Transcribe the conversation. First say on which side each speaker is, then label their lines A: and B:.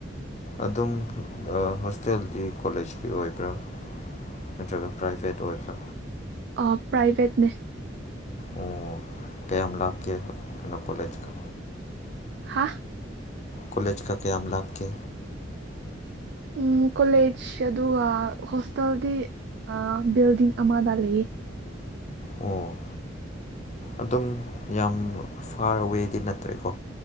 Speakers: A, on the left; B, on the right.
A: ꯑꯗꯨꯝ ꯍꯣꯁꯇꯦꯜꯗꯤ ꯀꯣꯂꯦꯖꯀꯤ ꯑꯣꯏꯕ꯭ꯔꯥ ꯅꯠꯇ꯭ꯔꯒ ꯄ꯭ꯔꯥꯏꯚꯦꯠ ꯑꯣꯏꯕ
B: ꯑ ꯄ꯭ꯔꯥꯏꯚꯦꯠꯅꯦ
A: ꯑꯣ ꯀꯥꯌꯥꯝ ꯂꯥꯞ ꯀꯦꯕ ꯀꯩꯅꯣ ꯀꯣꯂꯦꯖ ꯀ
B: ꯍꯥ
A: ꯀꯣꯂꯦꯆ ꯀ ꯀꯌꯥꯝ ꯂꯥꯞꯀꯦ
B: ꯎꯝ ꯀꯣꯂꯦꯖ ꯑꯗꯨꯒ ꯍꯣꯁꯇꯦꯜꯗꯤ ꯑ ꯕꯤꯜꯗꯤꯡ ꯑꯃꯗ ꯂꯩ
A: ꯑꯣ ꯑꯗꯨꯝ ꯌꯥꯝ ꯐꯥꯔ ꯋꯦꯗꯤ ꯅꯠꯇ꯭ꯔꯦꯀꯣ